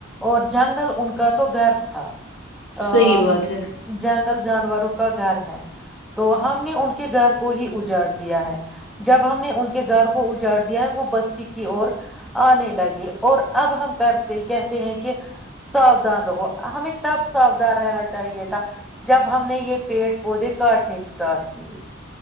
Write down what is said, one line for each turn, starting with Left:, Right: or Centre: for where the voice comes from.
Centre: اور جنگل ان کا تو گھر تھا ا
Left: صحیح بات ہے
Centre: جنگل جانوروں کا گھر ہے تو ہم نے ان کے گھر کو ہی اجاڑ دیا ہے جب ہم نے ان کے گھر کو اجاڑ دیا ہے وہ بست کی اور آنے لگے اور اب ہم کرتے کہتے ہیں کہ ساودان رہو ہمیں تب ساودان رہنا چاہیے تھا جب ہم نے یہ پیڑ پودے کاٹنے اسٹارٹ کیے